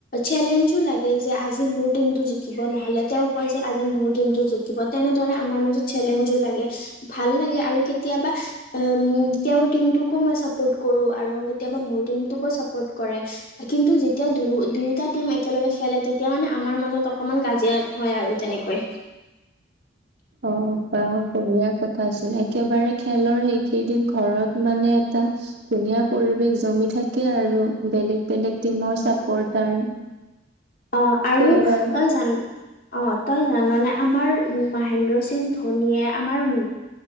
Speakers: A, on the left; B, on the right.
A: চেলেঞ্জও লাগে যে আজি মোৰ টিমটো জিকিব নহলে তেওঁ কয় যে আজি মোৰ কোনটো জিকিব তেনেদৰে আমাৰ মাজত চেলেঞ্জও লাগে। ভাল লাগে আৰু কেতিয়াবা উম, তেওঁৰ টিমটোকো মই চাপৰ্ট কৰো আৰু কেতিয়াবা মোৰ টিমটোকো চাপৰ্ট কৰে কিন্তু যেতিয়া তেতিয়া দুয়ো -দুয়োটা টিম একেলগে খেলে তেতিয়া মানে আমাৰ মাজত অকমান কাজিয়া হয় আৰু তেনেকৈ
B: অহ, বা বঢ়িয়া কথাচোন একেবাৰে খেলৰ সেইকেইদিন ঘৰত মানে এটা এটা ধুনীয়া পৰিৱেশ জমি থাকে আৰু বেলেগ -বেলেগ টিমৰ চাপৰ্টাৰ
A: অহ, আৰু
B: এইবাৰ
A: তই জান অহ, তই জাননে আমাৰ মাহেন্দ্ৰ সিং ধনীয়ে আমাৰ উ